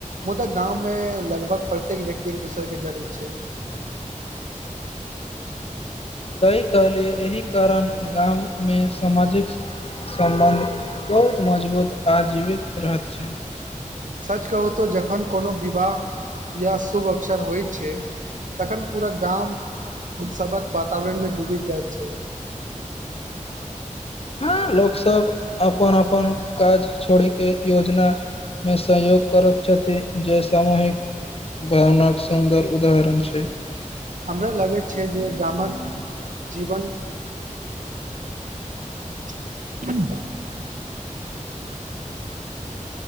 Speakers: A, on the right; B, on the left.
A: मुदा गाम ग में लगभग प्रत्येक व्यक्ति एक दोसर के जनैत छैइ
B: सही कहलियै एहि कारण गाम में सामाजिक सम्बन्ध बहुत मजबूत आ जीवित रहत छैइ
A: सच कहू त जखन कोनो विवाह या शुभ अवसर होइत छैइ तखन पूरा गाम उत्सवक वातावरण में डूबि जाइत छैइ <inaudible>
B: ह लोक सब अपन अपन काज छोड़ि के योजना में सहयोग कर छथि जे सामूहिक भावना के सुन्दर उदाहरण छैइ
A: हमरा लगैत छैइ जे गामक जीवन <inaudible>